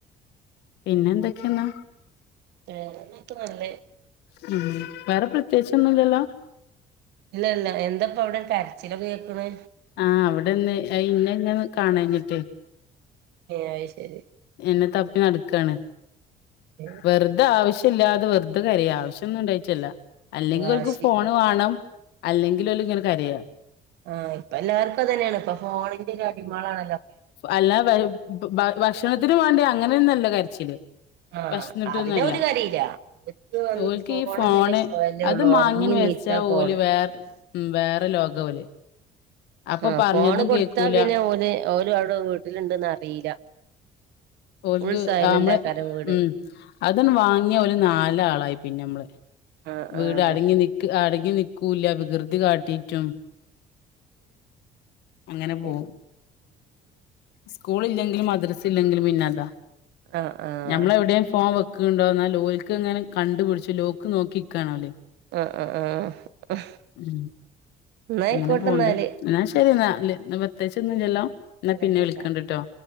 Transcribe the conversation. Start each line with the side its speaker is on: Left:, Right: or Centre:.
Left: പിന്നെ എന്തൊക്കെണ്
Right: ഏട്ട് മല്ലേ
Left: ഉം വേറെ പ്രത്യേകിച്ച ഒന്നുംല്ലല്ലോ
Right: ഇല്ല ഇല്ല എന്താപ്പ അവിടെ ഒരു കരച്ചിലൊക്ക കേക്കണ്
Left: ആഹ അവിടെന്ന് ഇന്നെഇങ്ങന്ന് കാണാഞ്ഞിട്ടേ
Right: ഏ അത് ശരി
Left: എന്നെ തപ്പി നടക്കാണ്
Right: ഏ
Left: വെറുതെ ആവശ്യല്ലാതെ വെറുതെ കരിയ ആവശ്യന്നും ഉണ്ടായിട്ടല്ല അല്ലെങ്കിൽ
Right: വാശി
Left: ഓൽക്ക് ഫോൺ വാണം അല്ലെങ്കിൽ ഒല് ഇങ്ങനകരയ
Right: ആഹ ഇപ്പ എല്ലാർക്കും അതന്നെയാണ്പ്പൊ ഫോണിന്റെ ഒരു അടിമളാണല്ലോ
Left: അല്ലാ ഭക്ഷണത്തിന് വേണ്ടി അങ്ങനെന്നല്ലോ കരച്ചില്
Right: ആ
Left: വെശന്നിട്ടന്നല്ല
Right: അതിനെ ഓര് കരയില്ല ഓര്ക്ക് വന്ന്
Left: ഓൽ ക്ക്
Right: ഫോണെന്നുള്ള
Left: ഈ ഫോണ്
Right: സ്വയല്ലേ
Left: അത്
Right: ഉള്ളൂ
Left: മാങ്ങി
Right: ഉറങ്ങി
Left: വച്ച
Right: നീച്ചാ
Left: ചച്ച പോല്
Right: ഫോണ്
Left: വേറെ ഉ വേറെ ലോക ഓല് അപ്പൊ
Right: ആഹ
Left: പറഞ്ഞതും
Right: ഫോണ് കൊടുത്താ
Left: കേക്കൂല
Right: പിന്നെ ഓല്ഓ ല്ആടുവീട്ടിലുണ്ടന്ന അറിയില്ല
Left: ഓൽക്ക്
Right: ഫുൾ സൈലന്റ്
Left: ആഹ നമ്മള്
Right: ആക്കാരം വീട്
Left: ഉം അതന്ന വാങ്ങിയ ഒരു നാല ആളായി പിന്നെ നമ്മള്
Right: ആ
Left: വീട്
Right: ആ
Left: അടങ്ങി നക്ക് അടങ്ങി നിക്കൂല്ല വികൃതി കാട്ടിട്ടും അങ്ങനെ പോവും
Right: ഉം
Left: സ്കൂൾ ഇല്ലെങ്കിലും മദ്രസ് ഇല്ലെങ്കിലും പിന്നെതാ
Right: ആഹ് ആഹ്
Left: ഞമ്മളെവിടെയും ഫോൺ വെക്കണ്ടോ എന്നാൽ ലോക്ക് അങ്ങനെ കണ്ടു പിിടിച്ചു ലോക്ക് നോക്കിിക്കാണോ അവര്
Right: ആഹ് ആഹ് ആഹ്
Left: ഉം
Right: എന്നായിക്കോട്ടെ
Left: അങ്ങനെ പോണ്ട്
Right: എന്നാല്
Left: എന്നാ ശരി എന്നാല്ല് എന്ന പ്രത്ച്ച് ഒന്നും ഇല്ലാല്ലോ എന്നാ
Right: ഇല്ല
Left: പിന്നെ
Right: ഇല്ല
Left: വിളിക്കണ്ടിട്ടോ
Right: ഇല്ല